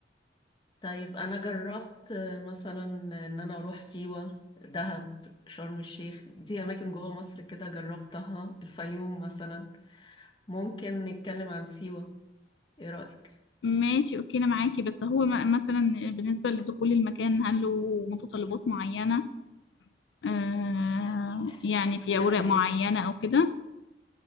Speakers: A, on the left; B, on the left.
A: طيب انا جربت آه، مثلا ان انا اروح سيوة دهب شرم الشيخ دي اماكن جوه مصر كده جربتها الفيوم مثلا ممكن نتكلم عن سيوة ايه رأيك
B: ماشي اوكي انا معاكي بس هو م- مثلا بالنسبه لدخول المكان هل له متطلبات معينه آه
A: يعني احنا
B: يعني
A: بن-
B: في
A: نحجز
B: أوراق معينة أو كده